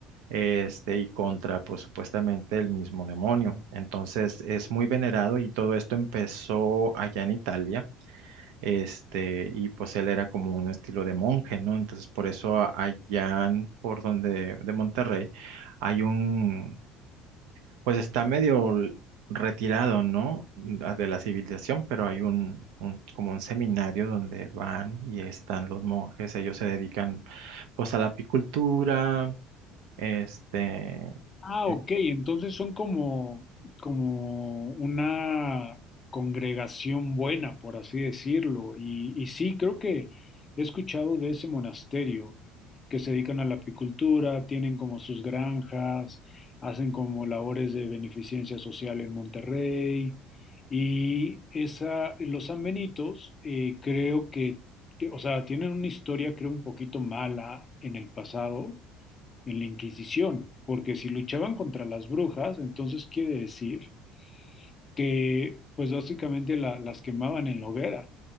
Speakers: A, on the right; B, on the left.
A: este, y contra pues supuestamente el mismo demonio. Entonces es muy venerado y todo esto empezó allá en Italia. Este, y pues él era como un estilo de monje, ¿no? Entonces por eso a- allá en- por donde de Monterrey hay un pues está medio retirado, ¿no? La- De la civilización, pero hay un, un- como un seminario donde van y están los monjes, ellos se dedican pues a la apicultura, este,
B: Ah,
A: eh,
B: ok, entonces son como, como una congregación buena, por así decirlo. Y, y sí, creo que he escuchado de ese monasterio que se dedican a la apicultura, tienen como sus granjas, hacen como labores de beneficencia social en Monterrey. Y esa, los sanbenitos, eh, creo que, que, o sea, tienen una historia, creo, un poquito mala en el pasado en la Inquisición, porque si luchaban contra las brujas, entonces quiere decir que pues básicamente la- las quemaban en la hoguera.